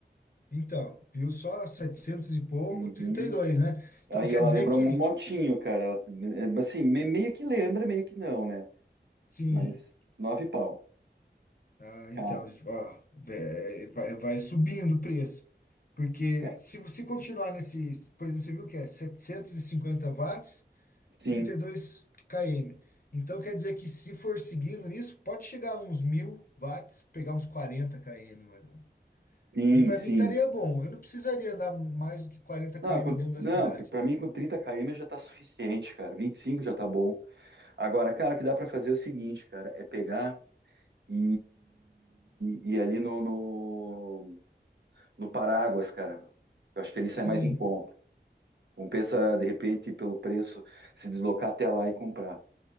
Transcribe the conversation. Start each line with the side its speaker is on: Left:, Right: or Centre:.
Left: Então, viu só setecentos e pouco,
Right: Uhum.
Left: trinta e dois né? Então
Right: Ela- E
Left: quer
Right: ela
Left: dizer
Right: lembra
Left: que,
Right: um motinho, cara. Ela- é, assim, me- meio que lembra, meio que não, né?
Left: sim.
Right: Mas nove pau.
Left: Ah,
Right: Cara,
Left: então, ó, vé- vai, vai subindo o preço. Porque
Right: ca-
Left: se você continuar nesse, por exemplo, você viu que é 750 watts.
Right: sim,
Left: trinta e dois km. Então quer dizer que se for seguindo nisso, pode chegar a uns 1000 watts, pegar uns 40 km mais ou menos.
Right: sim,
Left: E para
Right: sim.
Left: mim estaria bom. Eu não precisaria andar mais do que quarenta km
Right: Não, com,
Left: dentro da
Right: não,
Left: cidade.
Right: pra mim com 30 km já tá suficiente, cara. 25 já tá bom. Agora, cara, o que dá para fazer é o seguinte, cara, é pegar e e ir ali no, no, no Paráguas, cara. Eu acho que ali sai
Left: Sim,
Right: mais em conta. Compensa, de repente, pelo preço, se deslocar até lá e comprar.